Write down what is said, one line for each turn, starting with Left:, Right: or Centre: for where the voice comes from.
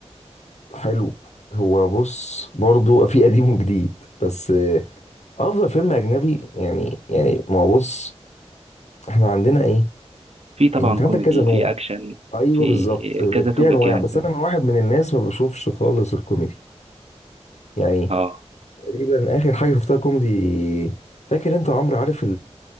Left: حلو هو بص برضو في قديم وجديد بس آه، افضل فيلم اجنبي يعني يعني ما هو بص احنا عندنا ايه
Right: في طبعا
Left: انت
Right: كوميدي
Left: عندك كذا نوع
Right: في أكشن
Left: ايوه
Right: في
Left: بالظبط آه،
Right: كذا توبك
Left: في انواع
Right: يعني
Left: بس
Right: فاهم؟
Left: انا من واحد من الناس ما بشوفش خالص الكوميدي يعني
Right: آه
Left: تقريبا اخر حاجه شفتها كوميدي فاكر انت يا عمرو عارف